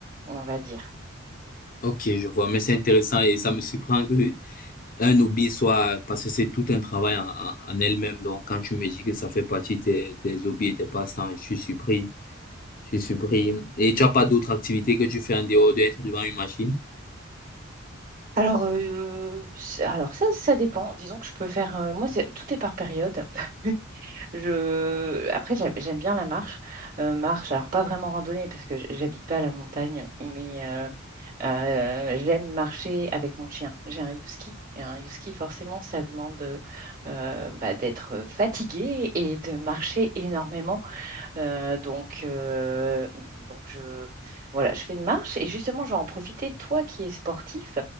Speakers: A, on the right; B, on the left.
A: on va dire.
B: Ok, je vois, mais c'est intéressant et ça me surprend que un hobby soit, parce que c'est tout un travail en, en en elle-même. Donc, quand tu me dis que ça fait partie de tes, tes hobbies et tes passe-temps, je suis surpris, je suis surpris. Et tu as pas d'autres activités que tu fais en dehors d'être devant une machine?
A: Alors, euh, c'est- alors ça, ça dépend. Disons que je peux faire, euh, moi, c'est- tout est par période. <laughs> Je... Après, j'aime j'aime bien la marche. Euh, marche, alors pas vraiment randonnée parce que j- j'habite pas à la montagne, mais, Euh, j'aime marcher avec mon chien. J'ai un husky. Et un husky, forcément, ça demande euh, bah, d'être fatigué et de marcher énormément. Euh, donc, euh, donc je, voilà, je fais une marche et justement, je vais en profiter. Toi qui es sportif,